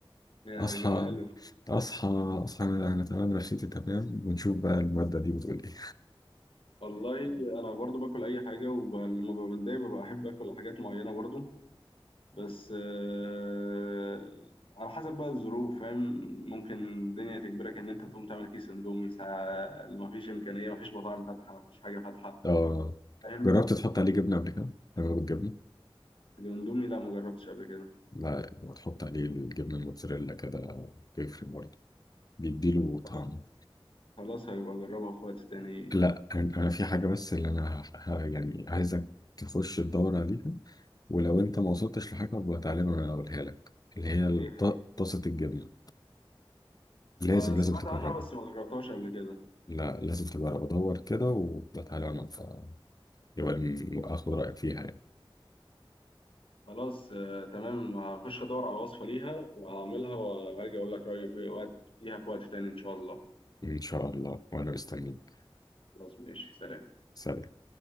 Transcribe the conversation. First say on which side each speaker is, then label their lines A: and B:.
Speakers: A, on the left; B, on the left.
A: يا
B: اصحى
A: جماله
B: اصحى اصحى انا تمام نفسيتي تمام ونشوف بقى المادة دي بتقول ايه
A: والله أنا برضو باكل أي حاجة ولما ببقى متضايق ببقى أحب آكل حاجات معينة برضو بس آه، على حسب بقى الظروف فاهم ممكن الدنيا تجبرك ان انت تقوم تعمل كيس اندومي ساعة اللي مفيش امكانية مفيش مطاعم فاتحة مفيش حاجة فاتحة
B: اه
A: فاهم
B: جربت تحط عليه جبنة قبل كده؟ تمام بالجبنة؟
A: الاندومي لا ما جربتش قبل كده
B: لا وتحط عليه الجبنة الموتزاريلا كده بيفرق برضه بيديله طعم
A: خلاص خلاص هيبقى اجربها في وقت تاني
B: لا انا أنا في حاجة بس اللي انا ه... ه- يعني عايزك تخش تدور عليها ولو انت ما وصلتش لحاجة ابقى تعالى وانا اقولها لك اللي هي الط-
A: ايه هي
B: طاسة الجبنة لازم
A: آه، سمعت
B: لازم تجربها
A: عنها بس ما جربتهاش قبل كده
B: لا لازم تجربها دور كده وتعالى وانا يبقى ن- اخد رايك فيها يعني
A: خلاص آه، تمام هخش ادور على وصفة ليها وهعملها وهاجي اقول لك رأيي في وقت فيها في وقت تاني ان شاء الله
B: ان شاء الله وانا مستنيك
A: خلاص ماشي سلام
B: سلام